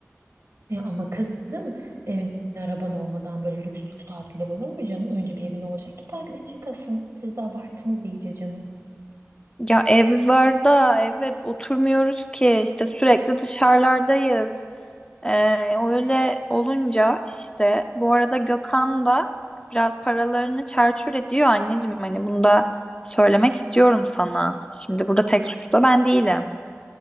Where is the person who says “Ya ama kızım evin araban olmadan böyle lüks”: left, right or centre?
Right